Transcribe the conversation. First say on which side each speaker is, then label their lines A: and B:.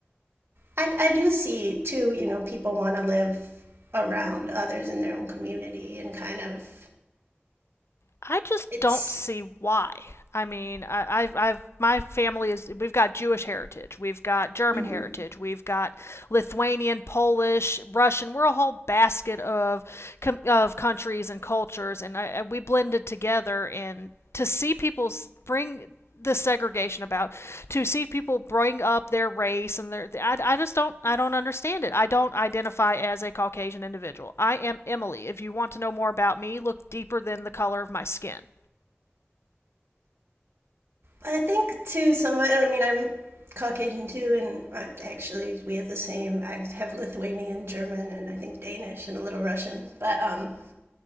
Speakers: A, on the right; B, on the left.
A: I, I do see too, you know, people want to live around others in their own community and kind of
B: I just
A: it's.
B: don't see why. I mean, I, I've, I've, my family is, we've got Jewish heritage, we've got German
A: Mm-hmm
B: heritage, we've got Lithuanian, Polish, Russian. We're a whole basket of, of countries and cultures, and I, we blended together. And to see people bring the segregation about to see people bring up their race and their I, I just don't i don't understand it i don't identify as a caucasian individual i am emily if you want to know more about me look deeper than the color of my skin
A: I think too somewhat. I mean, I'm Caucasian too, and uh, actually we have the same. I have Lithuanian, German, and I think Danish and a little Russian. But um,